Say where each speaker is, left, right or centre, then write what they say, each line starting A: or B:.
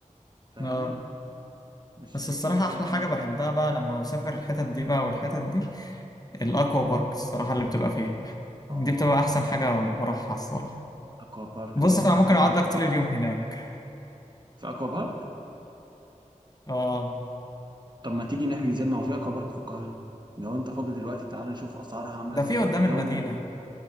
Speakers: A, on the right; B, on the left.
A: فاهمني
B: آه
A: مش
B: بس
A: فكرة
B: الصراحة
A: أي
B: أحلى
A: حاجة
B: حاجة بحبها
A: يعني
B: بقى لما بسافر الحتت دي بقى والحتت دي الأكوا بارك الصراحة اللي بتبقى فيه دي
A: آه
B: بتبقى أحسن حاجة بروحها الصراحة
A: أكوا بارك
B: بص
A: عموما
B: أنا
A: في
B: ممكن
A: أي
B: أقعد
A: حتة
B: لك طول اليوم هناك
A: في أكوا بارك
B: آه
A: طب ما تيجي نحجز يا ابني، ما هو في أكوا بارك في القاهرة لو أنت فاضي دلوقتي تعال نشوف أسعارها عاملة
B: ده
A: إزاي
B: في قدام
A: وكده
B: المدينة
A: و...